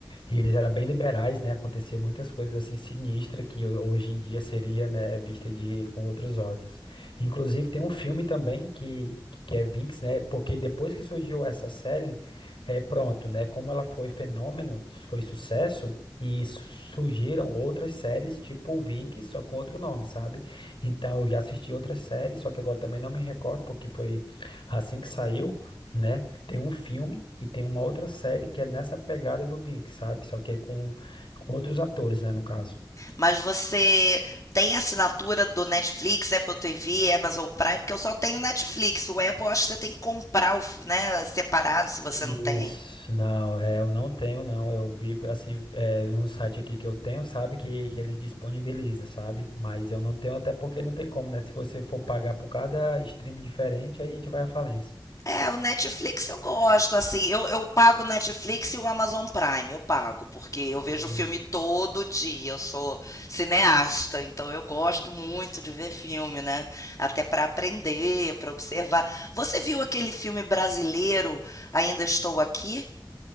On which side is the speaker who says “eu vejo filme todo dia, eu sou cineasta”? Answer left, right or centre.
Left